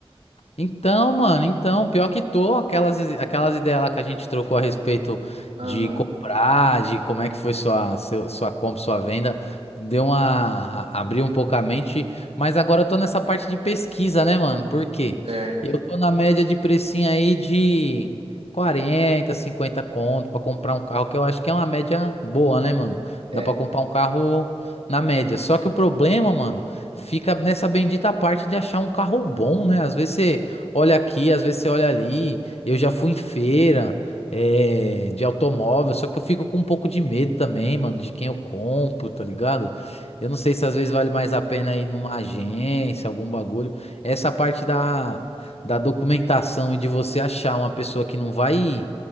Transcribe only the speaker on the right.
Aham,
certo.
É,